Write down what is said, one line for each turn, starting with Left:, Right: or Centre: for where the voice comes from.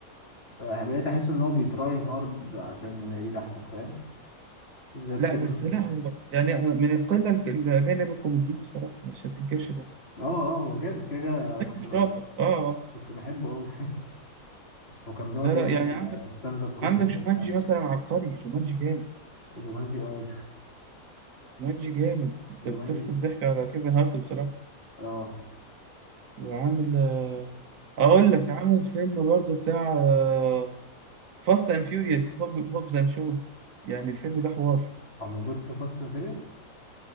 Left: فبقيت احس ان هو بيتراي هارد عشان يضحك فاهم بالذات
Right: لا
Left: كيفن
Right: بس لا هو يعني أنا من القلة الك- الأجانب الكوميديين بصراحة مش هتنكرش ده
Left: اه اه هو جامد كده كده
Right: لكن
Left: كنت
Right: شاطر
Left: ب...
Right: اه آه.
Left: كنت بحبه قوي هو كان بيقعد
Right: لا
Left: يعمل
Right: لا يعني عندك
Left: ستاند اب كوميدي
Right: عندك جومانجي
Left: مش عارف
Right: مثلا
Left: ايه
Right: عبقري جومانجي جامد
Left: جومانجي اه
Right: جومانجي جامد انت
Left: <laughs> جومانجي
Right: بتفطس ضحك على كيفن هارت بصراحة
Left: اه
Right: وعامل آه، اقول لك عامل فيلم برضو بتاع آه، فاست اند فيوريوس هوب هوبز اند شو يعني الفيلم ده حوار
Left: هو موجود في فاست اند فيريوس